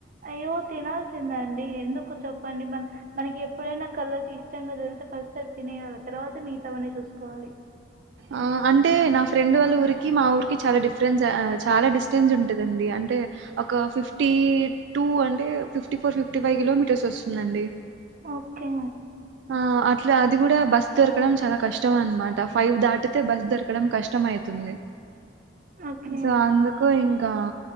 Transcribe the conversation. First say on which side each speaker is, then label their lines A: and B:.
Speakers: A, on the right; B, on the right.
A: అయ్యో తినాల్సింది అండి ఎందుకు చెప్పండి మన మనకి ఎప్పుడైనా కళ్ళకి ఇష్టంగా దొరికితే ఫస్ట్ అది తినేయాలి తర్వాత మిగతావనన్ని చూసుకోవాలి
B: ఆ అంటే నా ఫ్రెండ్ వాళ్ళ ఊరికి మా ఊరికి చాలా డిఫరెన్స్ చాలా డిస్టెన్స్ ఉంటదండి అంటే ఒక ఫిఫ్టీ టూ అంటే fifty four fifty five kilometres వస్తుందండి
A: ఓకే
B: ఆ అట్లా అది గుడా బస్ దొరకడం చాలా కష్టం అన్న మాట ఫైవ్ దాటితే బస్ దొరకడం కష్టం అవుతుంది
A: ఓకే.
B: సో అందుకు ఇంకా